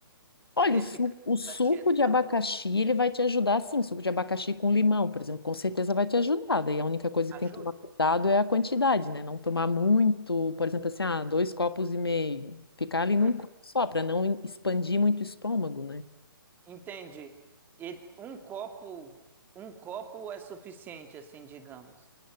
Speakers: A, on the left; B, on the right.
A: Olha,
B: Nesse
A: o, su-
B: caso,
A: o suco
B: para digestão,
A: de abacaxi, ele vai te ajudar, sim, suco de abacaxi com limão, por exemplo, com certeza vai te ajudar. Daí a única coisa que
B: ajuda?
A: tem que tomar cuidado é a quantidade, né? Não tomar muito, por exemplo, assim, ah, dois copos e meio. Ficar ali num
B: uhum.
A: copo só, para não expandir muito o estômago, né?
B: Entendi. E um copo, um copo é suficiente, assim, digamos,